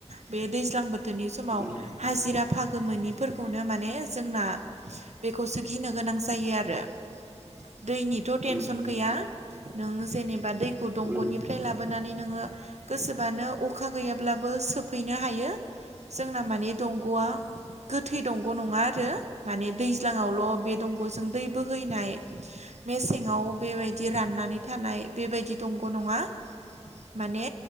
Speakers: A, on the right; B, on the right.
A: बे दैज्लां बोथोरनि समाव
B: उम
A: हाजिरा फाग गो मोनिफोरखौनो माने जोंना बेखौसो गिनो गोनां जायो आरो <unintelligible> दैनिथ' टेनसन
B: उम
A: गैया नों जेनेबा दैखौ दंग'निफ्राय
B: उम
A: लाबोनानै नोङो गोसोबानो अखा गैयाब्लाबो सोफैनो हायो जोंना माने दंग'वा गोथै दंग' नङा आरो माने दैज्लाङावल बे दंगजों दै बोहैनाय मेसेङाव बेबायदि राननानै थानाय बेबायदि दंग' नङा माने